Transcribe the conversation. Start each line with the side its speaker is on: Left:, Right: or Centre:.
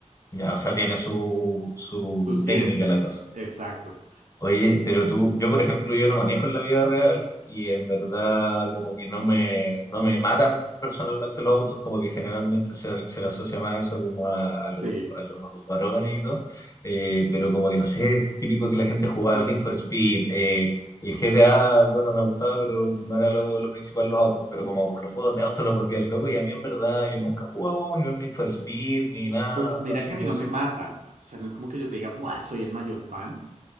Left: Ya, o sea, tiene su, su
Right: Tu ciencia.
Left: técnica la cosa.
Right: Exacto.
Left: Oye, pero tú, yo por ejemplo, yo no manejo en la vida real y en verdad como que no me, no me matan personalmente los autos, como que generalmente se, se le asocia más eso como a, a
Right: Sí,
Left: los, a los varones y todo, Eh, pero como que no sé, es típico que la gente jugaba
Right: pues
Left: Need for Speed, eh, el GTA, bueno, me gustaba, pero no era lo, lo principal los autos, pero como los juegos de autos los volvían locos y a mí en verdad yo nunca he jugado ni un Need for Speed ni nada
Right: Pues mira
Left: así
Right: que a
Left: de
Right: mí no
Left: ese
Right: me
Left: estilo.
Right: matan. O sea, no es como que yo te diga, ¡buah! Soy el mayor fan.